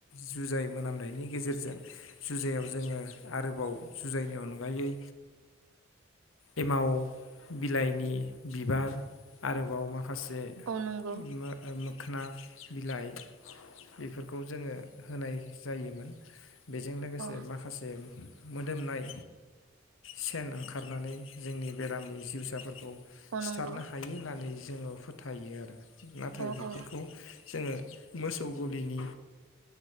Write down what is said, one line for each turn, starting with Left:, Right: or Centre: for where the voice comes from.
Left: जुजाय मोनामनायनि गेजेरजों जुजायाव जोङो आरोबाव जुजायनि अनगायै एमाव बिलाइनि बिबार आरोबाव मा खासे
Right: औ नंगौ
Left: मो ओमो खोना बिलाइ बिफोरखौ जोङो होनाय जायोमोन। बेजों लोगोसे
Right: औ
Left: माखासे मोदोमनाय सेन ओंखारनानै जोंनि बेरामनि जिउसाफोरखौ
Right: औ नंगौ
Left: सिथारनो हायो होननानै जोङो फोथायो आरो नाथाय
Right: औ
Left: बेफोरखौ
Right: औ
Left: जोङो मोसौ गलिनि